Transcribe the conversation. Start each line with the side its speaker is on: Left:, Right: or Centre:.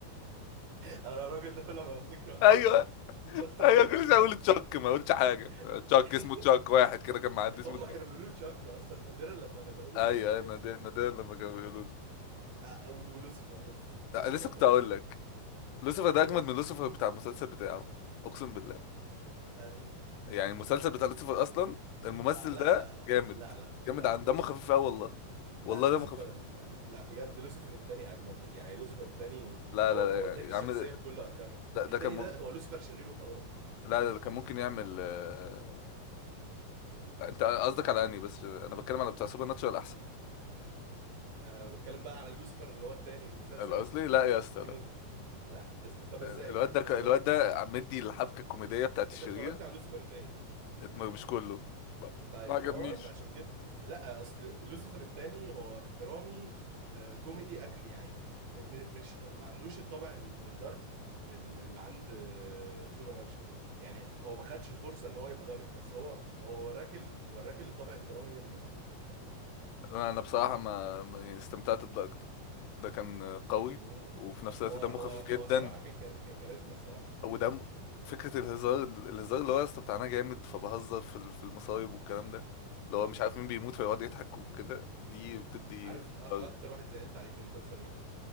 Right: انا الراجل ده كل ما بفتكره بس
Left: ايوه
Right: <laughs> بستغفر
Left: ايوه كل
Right: ربنا
Left: شويه اقول تشك ما اقولش حاجه
Right: <laughs>
Left: تشك اسمه تشك واحد كده كان معدي اسمه
Right: هم
Left: تشك
Right: كانوا بيقولوا له تشاك اصلا نادرا لما ندهوا له بالاسم
Left: ايوه
Right: التاني
Left: ايوه نادر نادر لما كانوا بيقولوا له
Right: آه، و- ولوسيفر اوف لوسيفر
Left: لا، لسه كنت
Right: ده
Left: اقول
Right: لسه
Left: لك لوسيفر ده
Right: بجد
Left: اجمد من لوسيفر بتاع المسلسل بتاعه اقسم بالله
Right: انهي
Left: يعني المسلسل بتاع لوسيفر اصلا الممثل
Right: آه لا
Left: ده
Right: لا لا
Left: جامد
Right: لا لا
Left: جامد
Right: لا
Left: عن
Right: لا
Left: دمه خفيف قوي والله والله
Right: لا لوسيفر
Left: دمه خفيف
Right: لا بجد لوسيفر التاني اجمد يعني لوسيفر التاني
Left: لا
Right: هو
Left: لا
Right: هو
Left: لا،
Right: اداك الشخصيه
Left: يا عم
Right: بكل اركانها
Left: ده, ده
Right: التاني
Left: كان مم...
Right: ده هو لوسيفر شرير وخلاص
Left: لا لا، ده كان ممكن يعمل آه، انت قصدك على اني بس انا بتكلم على بتاع سوبر ناتشورال احسن
Right: انا بتكلم بقى على لوسيفر اللي هو التاني المسلسل
Left: الاصلي
Right: يعني
Left: لا يا اسطى
Right: في
Left: لا
Right: مز... لا إز... طب
Left: ال-
Right: ازاي
Left: الواد
Right: يعني
Left: ده ك- الواد ده مدي الحبكه الكوميديه بتاعت الشرير
Right: انت اتفرجت على لوسيفر التاني صح
Left: اتم- مش كله ما
Right: طيب
Left: ما عجبنيش
Right: ما هو انت عشان كده لا اصل لوسيفر الثاني هو درامي آه، كوميدي أك... يعني م... م- مش ما ما عندوش الطابع ال- الدارك ال- اللي عند سوبر ناتشرال يعني هو ما خدش الفرصه ان هو يبقى دارك بس هو هو وراك ال... وراك الطابع الدرامي منه يعني
Left: انا بصراحه ما ما- يعني استمتعت بده اكتر ده كان قوي
Right: امم
Left: وفي نفس الوقت
Right: هو
Left: دمه
Right: هو
Left: خفيف
Right: هو
Left: جدا
Right: صراحه كان كار... كان كاريزما الصراحه
Left: ودم فكره الهزار الهزار اللي هو يا اسطى بتاعنا جامد فبهزر في ال- في المصايب والكلام ده اللي
Right: امم
Left: هو مش عارف مين بيموت فيقعد يضحك وكده دي بتدي
Right: عارف أ- اكتر
Left: فرق.
Right: واحد زعلت عليه في المسلسل مين